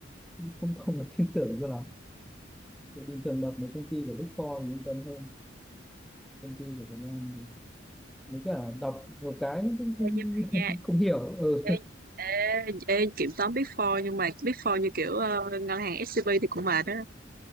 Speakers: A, in the centre; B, on the right.
A: cũng không không được tin tưởng cho lắm Thì bình thường đọc mấy công ty của Big Four thì yên tâm hơn công ty của Việt Nam thì với cả đọc nhiều cái cũng không,
B: Ê, nhưng mà nha
A: <laughs> không hiểu ừ.
B: ê, ê, Ê, kiểm toán Big Four nhưng mà Big Four như kiểu ờ, ngân hàng SCB thì cũng mệt đó.